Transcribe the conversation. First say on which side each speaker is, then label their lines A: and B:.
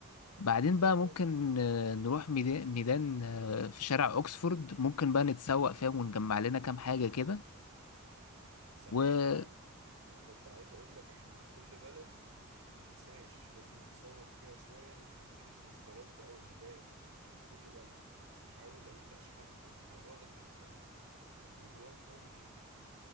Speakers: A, on the left; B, on the right.
A: بعدين
B: اه
A: بقى ممكن آه، نروح ميدا- ميدان آه، في شارع أوكسفورد ممكن بقى نتسوق فيها ونجمع لنا كام حاجة كده
B: صحيح
A: وكده
B: فعلا انا كنت عايز اقول لك احنا كل بلد ما تنساش لازم نتسوق فيها شويه نلحق نجيب التذكارات بقى والهدايا من كل بلد نحاول لو انت مش حاطط الموضوع ده في ال في البروجرام فاهم نضيفه